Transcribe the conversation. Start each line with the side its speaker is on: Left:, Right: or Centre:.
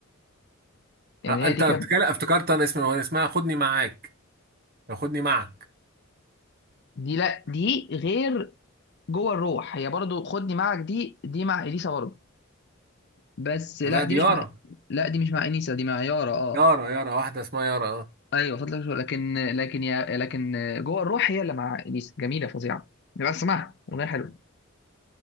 Left: يعني
Right: آه،
Left: هي
Right: انت
Left: دي كانت
Right: بتتكلم افتكرت انا اسم الاغنيه اسمها خدني معاك خدني معك
Left: دي لا دي غير جوه الروح هي برضو خدني معك دي دي مع اليسا برضو بس لا
Right: لا
Left: دي
Right: دي
Left: مش
Right: يارا
Left: مع لا دي مش مع انيسه دي مع يارا اه
Right: يارا يارا واحده اسمها يارا اه
Left: ايوه فضل شاكر لكن لكن يا لكن جوه الروح هي اللي مع اليسا جميله فظيعه بس اسمعها اغنيه حلوه